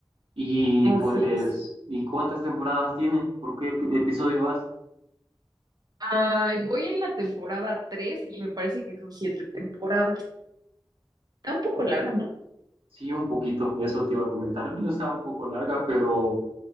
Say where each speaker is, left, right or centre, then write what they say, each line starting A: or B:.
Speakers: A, on the right (about 80°); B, on the right (about 45°).
A: Y
B: Así
A: pues,
B: es.
A: ¿y cuántas temporadas tiene? ¿Por qué ep- episodio vas?
B: Ay, voy en la temporada 3 y me parece que son siete temporadas. Está un poco larga, ¿no?
A: Sí, un poquito, eso te iba a comentar. No está un poco larga, pero